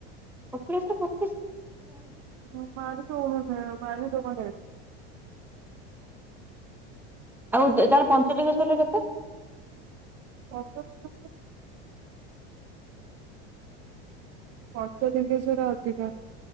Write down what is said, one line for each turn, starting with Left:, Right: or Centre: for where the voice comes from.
Centre: କପିଳାସର ବତିଶହ ମୁଁ ଯାଇନି।
Right: <unintelligible>
Centre: ଆଉ ଦେ ପଞ୍ଚଲିଙ୍ଗେଶ୍ୱର ରେ କେତେ?
Right: ପଞ୍ଚଲିଙ୍ଗଶ୍ବର ପଞ୍ଚଲିଙ୍ଗେଶ୍ଵର ଅଧିକ